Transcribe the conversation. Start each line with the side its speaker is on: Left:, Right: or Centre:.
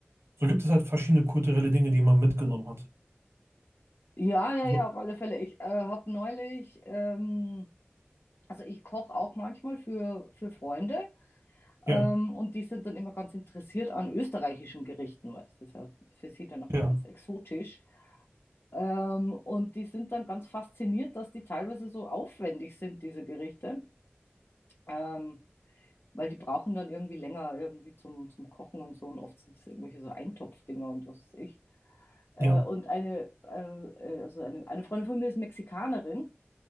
Right: So gibt es halt verschiedene kulturelle Dinge, die man mitgenommen hat.
Left: Ja, ja,
Right: So,
Left: ja, auf alle Fälle. Ich äh, habe neulich, ähm, also ich koche auch manchmal für, für Freunde ähm,
Right: ja,
Left: und die sind dann immer ganz interessiert an österreichischen Gerichten, weil das ist ja für sie dann nachher
Right: ja,
Left: ganz exotisch. Ähm, und die sind dann ganz fasziniert, dass die teilweise so aufwendig sind, diese Gerichte, ähm, weil die brauchen dann irgendwie länger irgendwie zum, zum Kochen und so und oft sind es irgendwelche so Eintopfdinger und was weiß ich. Äh,
Right: ja,
Left: und eine, äh, äh, also eine, eine Freundin von mir ist Mexikanerin.